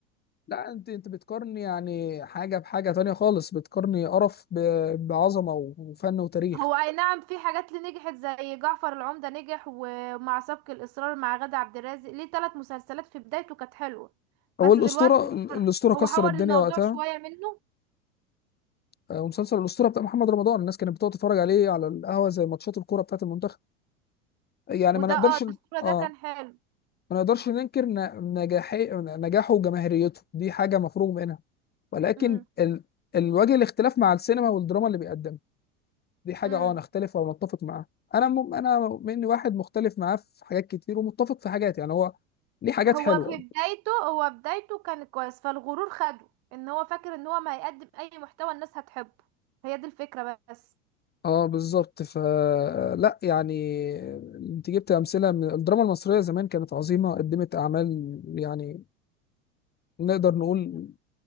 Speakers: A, on the left; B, on the right.
A: لا انت انت بتقارني يعني حاجه بحاجه تانية خالص بتقارني قرف ب- بعظمه وفن وتاريخ
B: هو اي نعم في حاجات اللي نجحت زي جعفر العمدة نجح ومع سبق الإصرار مع غادة عبد الرازق ليه ثلاث مسلسلات في بدايته كانت حلوة بس
A: هو الاسطوره
B: دلوقتي
A: الاسطوره كسر
B: هو حور
A: الدنيا
B: الموضوع
A: وقتها
B: شوية منه
A: آه، ومسلسل الاسطوره بتاع محمد رمضان الناس كانت بتقعد تتفرج عليه على القهوه زي ماتشات الكوره بتاعت المنتخب يعني
B: وده
A: ما نقدرش
B: اه الأسطورة ده
A: اه
B: كان حلو
A: ما نقدرش ننكر ن- نجاحي نجاحه وجماهيريته دي حاجة مفروغ منها ولكن
B: امم
A: ال... الوجه الاختلاف مع السينما والدراما اللي بيقدمها دي حاجة
B: امم
A: اه نختلف او نتفق معاها انا م... انا مني واحد مختلف معاه في حاجات كتير ومتفق في حاجات يعني هو ليه حاجات
B: هو
A: حلوة
B: في بدايته هو بدايته كان كويس فالغرور خده ان هو فاكر ان هو ما هيقدم اي محتوى الناس هتحبه هي دي الفكرة بس
A: اه بالظبط ف لا يعني انت جبت امثلة من الدراما المصرية زمان كانت عظيمة قدمت اعمال يعني نقدر نقول